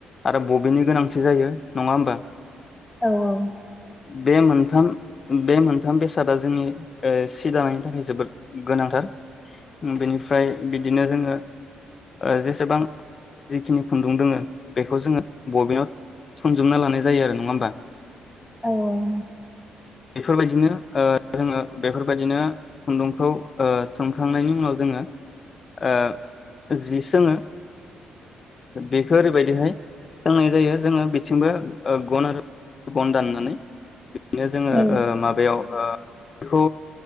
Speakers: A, on the left; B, in the centre.
A: आरो बबिननि गोनांथि जायो नङा होमबा?
B: औ औ
A: बे मोनथाम बे मोनथाम बेसादा जोंनि ओ सि दानायनि थाखाय जोबोद गोनांथार उम बेनिफ्राय बिदिनो जोङो ओ जेसेबां जिखिनि खुन्दुं दोङो बेखौ जोङो बबेनाव थनजोबना लानाय जायो आरो नङा होमबा
B: औ औ
A: बेफोरबायदिनो ओ जोङो बेफोरबायदिनो खुन्दुंखौ ओ थुंखांनायनि उनाव जोङो ओ जि सोङो। बेखौ ओरैबायदिहाय सोंनाय जायो जोङो बिथिंबो गन आरो गन दाननानै बिनो जोङो
B: औ
A: ओ माबायाव ओ बेखौ